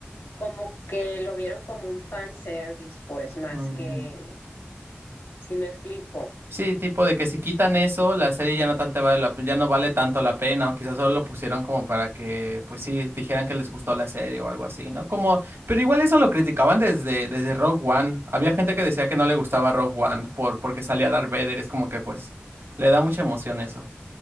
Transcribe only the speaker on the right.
Ujú.
Sí, tipo de que si quitan eso, la serie ya no tanto vale la, ya no vale tanto la pena, o quizás solo lo pusieron como para que, pues sí, dijeran que les gustó la serie o algo así, ¿no? Como, pero igual eso lo criticaban desde, desde Rogue One. Había gente que decía que no le gustaba Rogue One por, porque salía Darth Vader, es como que pues le da mucha emoción eso.